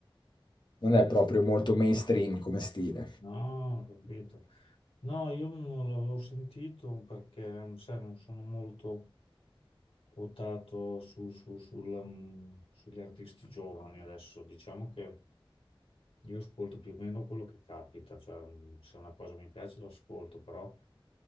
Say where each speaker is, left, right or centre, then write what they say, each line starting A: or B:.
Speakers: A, on the left; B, on the left.
A: non è proprio molto mainstream come stile.
B: No, ho capito. No, io non l'avevo sentito perché, sai, non sono molto... quotato su- su- sul, mm, sugli artisti giovani adesso. Diciamo che io ascolto più o meno quello che capita, cioè mm, se una cosa mi piace l'ascolto, però